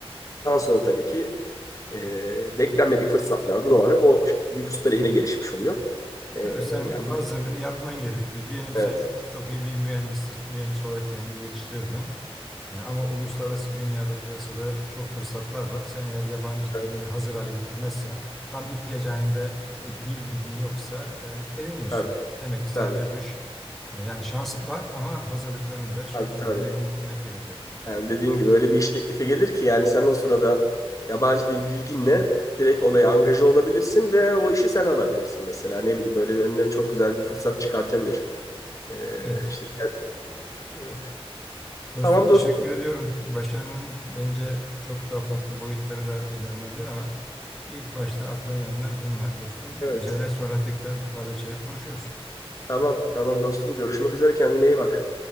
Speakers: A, on the left; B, in the centre.
A: Ondan sonra tabii ki e, beklenmedik fırsatlarda doğal olarak o büyük usta lehine gelişmiş oluyor. E,
B: Tabii sen
A: yani
B: hazırlığını
A: bu
B: yapman gerekiyor. Diyelim
A: evet,
B: sen çok iyi bir mühendis, mühendis olarak kendini yetiştirdin. E, ama uluslararası dünyada piyasada çok fırsatlar var. Sen eğer yabancı
A: evet,
B: dilini hazır hale getirmezsen, tam ihtiyaç halinde e, dil bilgin yoksa e, eleniyorsun.
A: tabii,
B: Demek ki sadece
A: tabii,
B: bu iş e, yani şans var ama hazırlıklarını da şartlarını
A: tabii. tabii.
B: da yerine getirmek gerekiyor.
A: Yani dediğin gibi öyle bir iş teklifi gelir ki yani sen o sırada yabancı dil bilginle direkt olaya angaje olabilirsin ve o işi sen alabilirsin mesela. Ne bileyim böyle bir önüne çok güzel bir fırsat çıkartabilir. Ee,
B: Evet.
A: işte evet.
B: Dostum
A: Tamam
B: teşekkür
A: dostum.
B: ediyorum. Başarının bence çok daha farklı boyutları da ele alınabilir ama ilk başta akla gelenler bunlar dostum.
A: Evet.
B: Üzerine sonra tekrar bir kahve içerek konuşuruz.
A: Tamam tamam dostum. Görüşmek üzere kendine iyi bak.